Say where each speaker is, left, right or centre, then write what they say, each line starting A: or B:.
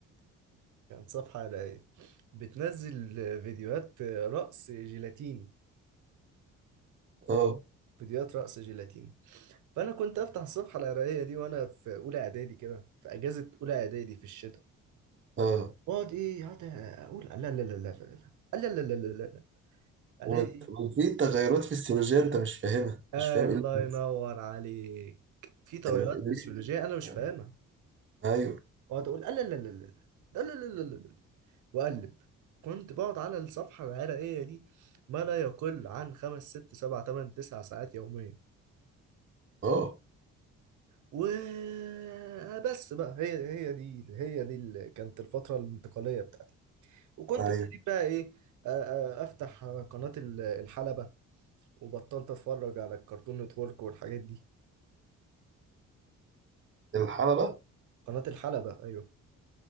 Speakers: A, on the right; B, on the right.
A: كانت صفحه عراقيه بتنزل فيديوهات رقص جيلاتيني
B: اه
A: فيديوهات رقص جيلاتيني فانا كنت افتح الصفحه العراقيه دي وانا في اولى اعدادي كده في اجازه اولى اعدادي في الشتاء
B: اه
A: واقعد ايه اقعد اقول لا لا لا لا لا لا لا لا لا لا لا لا. الاقي
B: وت- وفي تغيرات فسيولوجية انت مش فاهمها
A: آه
B: مش فاهم ايه
A: الله
B: اللي بيحصل.
A: ينور عليك في تغيرات
B: آه، ليه؟
A: فسيولوجية أنا مش
B: آه.
A: فاهمها
B: ايوه
A: وأقعد أقول لا لا لا لا لا لا لا لا لا لا وأقلب كنت بقعد على الصفحة العرقية دي ما لا يقل عن خمس ست سبع تمن تسع ساعات يوميا
B: اه
A: و بس بقى هي هي دي هي دي اللي كانت الفترة الانتقالية بتاعتي وكنت
B: ايوه
A: ابتديت بقى إيه آه، آه، أفتح قناة ال- الحلبة وبطلت أتفرج على الكرتون نتورك والحاجات دي
B: الحلبة
A: قناة الحلبة أيوه